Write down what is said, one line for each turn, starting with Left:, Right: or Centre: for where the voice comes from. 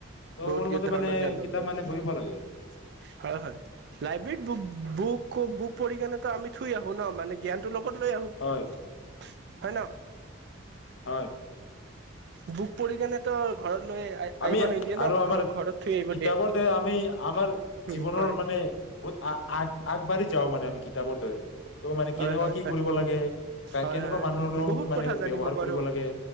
Left: ত'
Right: বহুত
Left: মোৰ মতে
Right: ধৰণৰ
Left: মানে
Right: জ্ঞান ল'ব
Left: কিতাপ
Right: পাৰোঁ।
Left: মানে পঢ়িব লাগে
Right: হয় হয়। লাইব্ৰেৰীত বু বুক বু পঢ়িকেনে ত আমি থৈ আহো ন। মানে জ্ঞানটো ল গত লৈ আহোঁ।
Left: হয়
Right: হয় ন।
Left: হয়।
Right: বুক পঢ়ি কেনে তো ঘৰত লৈ আহিব
Left: আমি,
Right: নিদিয়ে ন
Left: আৰু আমাৰ,
Right: ঘৰত থৈ আহিব
Left: কিতাপৰ
Right: দিয়ে
Left: দ্বাৰা আমি আমাৰ
Right: উম
Left: জীৱনৰ
Right: হয়
Left: মানে বহুত আগ আগবাঢ়ি যাওঁ মানে আমি কি তাপৰ দ্বাৰা। ত' মানে
Right: হয়
Left: কেনেকুৱা
Right: হয়
Left: কি
Right: হয়
Left: কৰিব লাগে,
Right: হয়
Left: কেনেকুৱা
Right: হয়
Left: মানুহৰ
Right: হয়
Left: লগত
Right: বহুত
Left: মানে
Right: কথা জানিব
Left: ব্যৱহাৰ
Right: পাৰো
Left: কৰিব লাগে,